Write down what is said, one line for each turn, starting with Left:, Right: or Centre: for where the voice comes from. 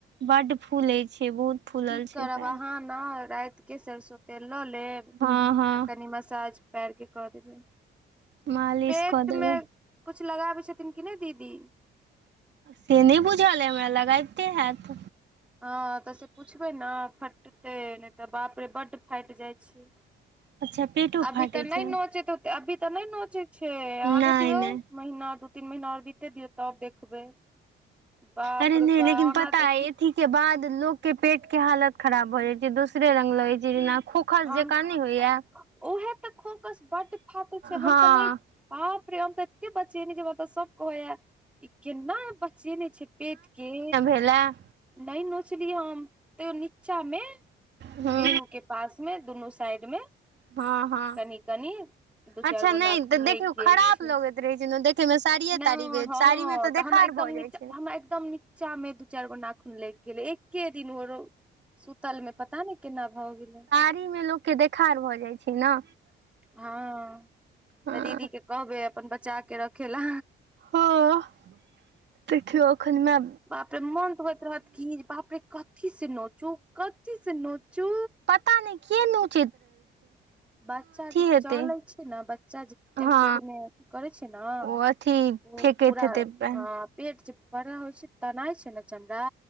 Right: बड्ड फूलै छै, बहुत फूलल
Centre: की
Right: छै
Centre: करब
Right: पैर
Centre: अहाँ ने राति के सरिसों तेल लऽ लेब,
Right: हँ हँ
Centre: कनि मसाज पैर के कऽ देबै।
Right: मालिश
Centre: पेट
Right: कऽ देबै
Centre: में किछु लगाबै छथिन कि, नै दीदी
Right: से नहि बुझल ऐ हमरा, लगबिते हैत।
Centre: हँ तऽ से पूछबै ने, फटतै नहि तऽ बाप रे बड्ड फाटि जाइ छै।
Right: अच्छा पेटो
Centre: अभी
Right: फाटै
Centre: तऽ नहि
Right: छै
Centre: नोचैत अभी तऽ नहि नोचै छै,
Right: नहि
Centre: आबे दियौ।
Right: नहि
Centre: महीना दू, तीन महीना आर बीतै दियौ तब देखबै। बाप
Right: अरे नहि
Centre: रो बा
Right: लेकिन
Centre: हमरा
Right: पता
Centre: तऽ
Right: अइ
Centre: कि
Right: अथी के बाद लोकके पेट के हालत खराब भऽ जाइत छै, दोसरे रंग लगैत छै जेना। खोखस
Centre: हम
Right: जकाँ नहि होइया
Centre: तऽ उएह तऽ खोकस बड्ड फाटै छै,
Right: हँ
Centre: हम तऽ नै बाप रे हम त एते बचेने छियै, हमरा त सब कहैये केना बचेने छै पेट के।
Right: खेलां।
Centre: नै नोचली हम तैयो नीचा में
Right: हूँ
Centre: पेरू के पास में दुनू साइड में
Right: हँ हँ
Centre: कनि- कनि दू,
Right: अच्छा
Centre: चारि गो
Right: नहि
Centre: नाखुन
Right: तऽ देखियौ
Centre: लाइग गेल
Right: खराब
Centre: छै। नहि
Right: लगैत रहै छै ने देखैमे साड़िये ताड़ी भेल
Centre: हँ
Right: साड़ीमे
Centre: तऽ
Right: देखार
Centre: हमरा एकदम
Right: भऽ जाइ
Centre: नीचा
Right: छै
Centre: हमरा, एकदम निचा चा मे दू चारि, गो नाखून लागि गेलै, एके दिन ओ सुतल में पता नै केना भ गेलै।
Right: फ्री मे लोक के देखार भऽ जाइ छै ना।
Centre: हँ
Right: हँ
Centre: तऽ दीदी के कहबे अपन बचा के रखै लै।
Right: हँ देखियौ एखन म
Centre: बाप रे मन तऽ होइत रहत की, बाप रे कथी से नोचू कथी से नोचू।
Right: पता नहि किया नोच
Centre: बच्चा जे
Right: हेतै
Centre: चलै छै ने, बच्चा जते
Right: हँ
Centre: पेट में करै छै ना
Right: ओ अथी
Centre: ओ
Right: फेकैत
Centre: पूरा
Right: हेतै
Centre: हँ पेट जे बड़ा होइ छै, तनाइ छै ने चमड़ा